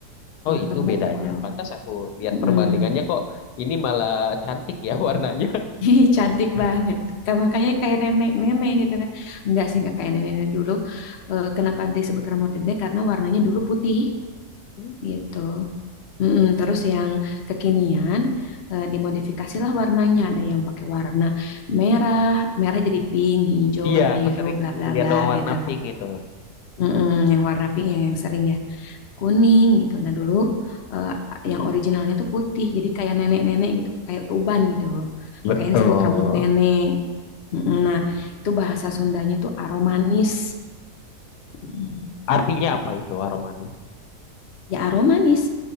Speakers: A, on the left (about 85°); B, on the left (about 60°).
A: Oh
B: Gula
A: itu
B: tebu
A: bedanya.
B: kalau
A: Pantas aku lihat
B: mm.
A: perbandingannya kok ini malah cantik ya warnanya.
B: <laughs> Ih, cantik banget. Ka- Makanya kayak nenek-nenek gitu kan. Enggak sih, enggak kayak nenek-nenek dulu. Eh, kenapa disebut rambut nenek? Karena warnanya dulu putih
A: <laughs>
B: gitu. Mm-mm, terus yang kekinian eh, dimodifikasilah warnanya. Ada yang pakai warna merah, merah jadi pink, hijau,
A: Iya,
B: biru,
A: aku sering
B: bla bla
A: lihat
B: bla
A: warna
B: gitu.
A: pink itu.
B: Mm-mm, yang warna pink yang yang sering ya kuning gitu. Nah dulu eh, yang originalnya tuh putih, jadi kayak nenek-nenek gitu, kayak uban gitu.
A: Betul.
B: Makanya disebut rambut nenek. Mm-mm, nah itu bahasa Sundanya tuh aromanis. Mm,
A: Artinya apa itu aroma manis?
B: Ya aromanis,